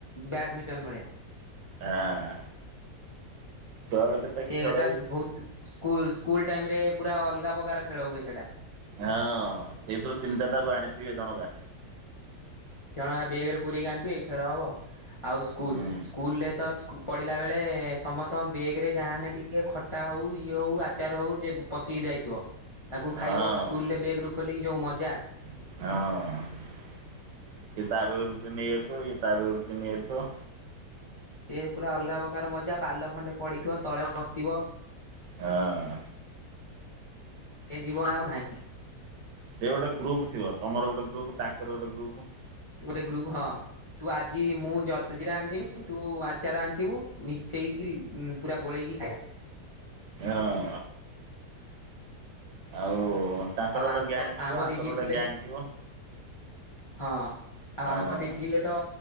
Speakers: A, on the left; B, on the right.
A: ବ୍ୟାଡମିଟନ ଭଳିଆ।
B: ଆଁ ଛୁଆବେଳେ କେତେ
A: ସେଟା
B: ଖେଳ ହେଇଚି।
A: ବହୁତ। ସ୍କୁଲ ସ୍କୁଲ ଟାଇମ ରେ ପୁରା ଅଲଗା ପ୍ରକାର ଖେଳ ହୁଏ ସେଇଟା।
B: ହଁ ସେଇଥିରୁ ତିନି ଚାରିଟାକୁ ଆଣିଥିବେ ଜଣକା।
A: ଜଣ ବେଗରେ ପୁରରୋଇକି ଆଣିଥିବେ ଖେଳ ହବ ଆଉ ସ୍କୁଲ୍
B: ହୁଁ
A: ସ୍କୁଲରେ ତ- - ପଡ଼ିଲା ବେଳେ ସମସ୍ତଙ୍କ ବେଗେ ରେ ଯାହାହେନେ ଟିକେ ଖଟା ହେଉ ଇଏ ହେଉ ଆଚାର ହେଉ ଯେ- - ପଶିକି ଯାଇଥିବ। ତାକୁ
B: ହଁ
A: ଖାଇବ ସ୍କୁଲେ ବେଗେରୁ ଖୋଲିକି ଯେଉଁ ମଜା
B: ହଁ ଏ ତାବେ ରୁଟିେ ନେଇ ଏଥ ଏ ତାବେ ରୁଟି ନେଇ ଯାଉଥିବ।
A: ସିଏ ପୁରା ଅଲଗା ପ୍ରକାର ମଜା ପାଲ ଖଣ୍ଡେ ପଡିଥିବ ତଳେ ବସିଥିବ
B: ହଁ।
A: ସେ ଜୀବନ ଆଉ ନାହିଁ।
B: ସେ ଗୋଟେ ଗ୍ରୁପ ଥିବ ତମର ଗୋଟେ ଗ୍ରୁପ ତାଙ୍କର ଗୋଟେ ଗ୍ରୁପ।
A: ଗୋଟେ ଗ୍ରୁପ, ହଁ। ତୁ ଆଜି ମୁଁ ଜଲଜିରା ଆଣିଥିମି ତୁ ଆଚାର ଆଣିଥିବୁ ମିଶେଇକି ହୁଁ ପୁରା ଗୋଳେଇକି ଖାଇବା।
B: ହଁ ଆଉ ତାଙ୍କର
A: ଆଉ
B: ଗୋଟେ
A: ଆମ୍ବ
B: ଗ୍ୟାଙ୍ଗ ଥିବ,
A: ଆମ୍ବ
B: ୟାଙ୍କର
A: ସିଜିନରେ
B: ଗୋଟେ ଗ୍ୟାଙ୍ଗ ଥିବ
A: ହଁ। ଆଉ
B: ହଁ
A: ଆମ୍ବ ସିଜନ୍ ରେ ତ